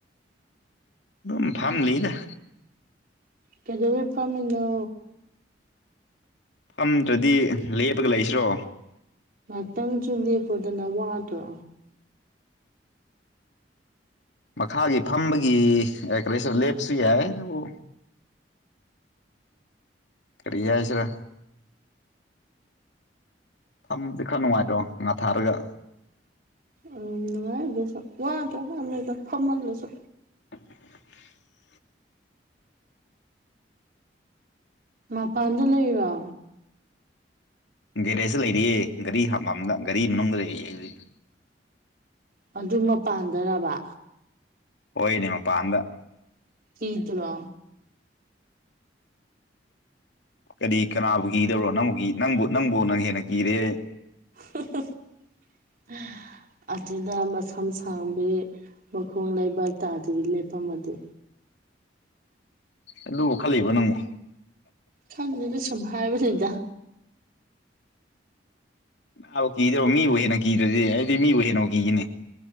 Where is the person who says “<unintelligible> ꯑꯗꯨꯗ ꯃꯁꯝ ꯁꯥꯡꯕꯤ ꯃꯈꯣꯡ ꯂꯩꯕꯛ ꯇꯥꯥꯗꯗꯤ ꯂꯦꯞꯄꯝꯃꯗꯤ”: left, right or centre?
Right